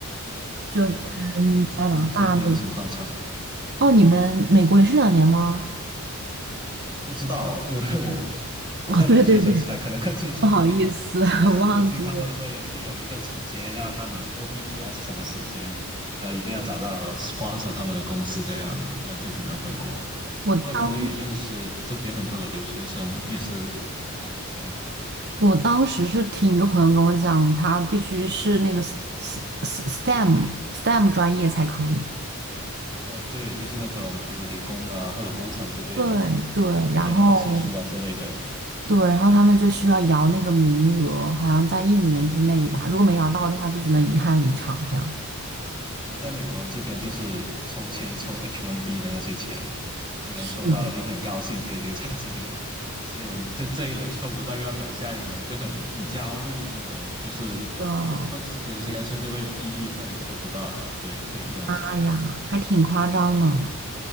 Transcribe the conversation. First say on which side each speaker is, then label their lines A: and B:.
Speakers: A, on the right (about 50°); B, on the right (about 20°).
A: 就跟加拿大那，
B: 哦，跟跟这边情况差不多。
A: 哦，
B: 对，
A: 你们美国也是两年吗？
B: 我不知道哦，因为我不好像留学生才可能更清楚一点。
A: 哦，对对对，不好意思，<laughs>
B: 但是我听他们说也是有一个时间，
A: 忘记了。
B: 要他们 OPT 还是什么时间，就一定要找到 sponsor 他们的公司这样，不然就只能回国。
A: 我当时，
B: 因为我也认识这边很多的留学生，也是回国了这样。
A: 我当时是听一个朋友跟我讲，他必须是那个 s- s- S- STEM STEM 专业才可以。
B: 哦，对，就是那种比如理工啊，或者工程之类的，
A: 对对，
B: 或者电脑技术啊之类的。
A: 然后对，然后他们就需要摇那个名额，好像在一年之内吧，如果没摇到的话，就只能遗憾离场这样。
B: 因为在美国这边就是抽签抽 H1B 的那些钱，有些人抽到了就很高兴可以留在这里，
A: 是
B: <laughs> 有些人这这一轮抽不到又要等下一轮，就很很焦虑的那种，就是有会有些人甚至会有抑郁症的抽不到的，
A: 的。
B: 对，会有这种情况。
A: 哎呀，还挺夸张的。